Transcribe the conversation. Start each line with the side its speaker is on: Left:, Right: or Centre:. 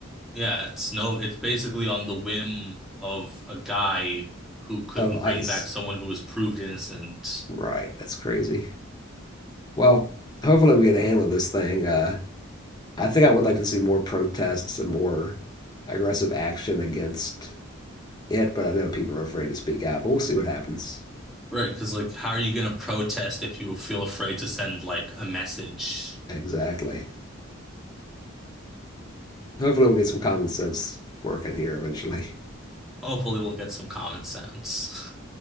Centre: Yeah, it's no, it's basically on the whim of a guy who couldn't
Left: Of ICE.
Centre: bring back someone who was proved innocent.
Left: Right, that's crazy. Well, hopefully we get a handle on this thing. Uh, I think I would like to see more protests and more aggressive action against it, but I know people are afraid to speak out. But we'll see what happens.
Centre: Right, because like, how are you gonna protest if you feel afraid to send like a message?
Left: Exactly. Hopefully we'll get some common sense working here eventually.
Centre: Hopefully, we'll get some common sense.